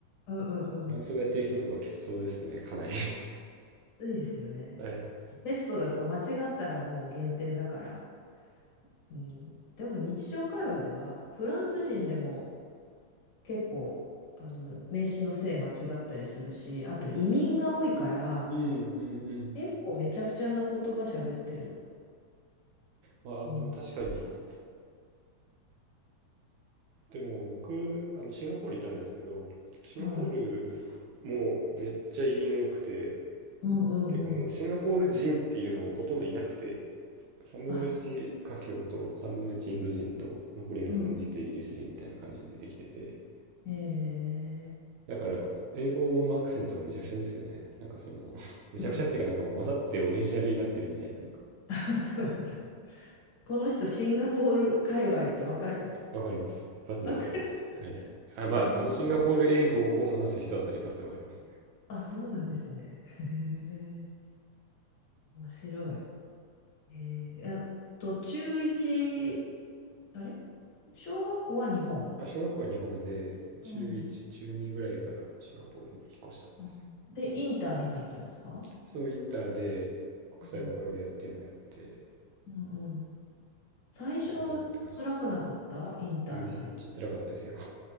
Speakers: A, on the left; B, on the right.
A: う、うんうんうん、
B: フランス語やってる人とかきつそうですね、かなり。<laughs>
A: ついですよね。
B: はい。
A: テストだと間違ったらもう減点だから、うん、でも日常会話ではフランス人でも結構あの名詞の性間違ったりするしあと移民が多いから
B: うんうんうん。
A: 結構めちゃくちゃな言葉喋ってる。
B: まあでも確かに、
A: うん、
B: でも僕、あのシンガポールいたんですけど、シンガポールもめっちゃ移民多くて、
A: はい。うんうんうん。
B: ていうかもうシンガポール人っていうのほとんどいなくて、3分の1華僑と3分の1インド人と、
A: あ、そうん
B: 残りが日本人とイギリス人みたいな感じでできてて、
A: うんうん。え
B: だから英語のアクセントもめちゃくちゃですよね。なんかその <laughs> めちゃくちゃっていうかなんかもう混ざってオリジナルになってるみたいな。
A: ー、うん <laughs> そうなんだ。この人シンガポール界隈ってわかる
B: わかります。一発でわかります。
A: わかるんだ。
B: はい。あ、
A: えー、
B: まあ、そのシンガポール英語を話す人だったら一発でわかりますね。
A: あ、そうなんですね。へえ、面白い。えー、あと、中一あれ小学校は日本
B: まあ、小学校は日本で、中1、
A: うん、
B: 中2ぐらいからシンガポールに引っ越したんですよ。
A: うん、で、インターに入ったんですか
B: そう、インターで国際バカロレアっていうのをやって、
A: うん。うんうん。最初、
B: 頑張るって感じですね。
A: 辛くなかったインターに入った。
B: めっちゃ辛かったですよ。